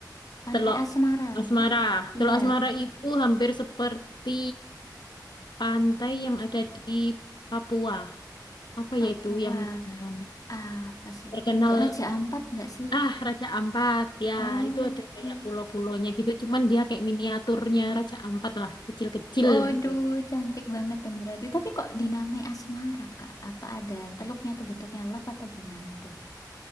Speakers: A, on the left (about 55°); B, on the left (about 85°).
A: Pantai
B: telok
A: Asmara.
B: asmara
A: Iya,
B: telok asmara itu hampir seperti pantai yang ada di Papua. Apa
A: Papua.
B: ya itu yang yang
A: Apa sih
B: terkenal
A: itu? Raja Ampat nggak sih?
B: ah Raja Ampat ya
A: Oke.
B: itu ada kayak pulau-pulaunya gitu cuman dia kayak miniaturnya Raja Ampat lah kecil-kecil
A: Aduh,
B: gitu.
A: cantik banget dong berarti. Tapi kok dinamai Asmara, Kak? Apa ada teluknya tuh bentuknya love atau gimana tuh?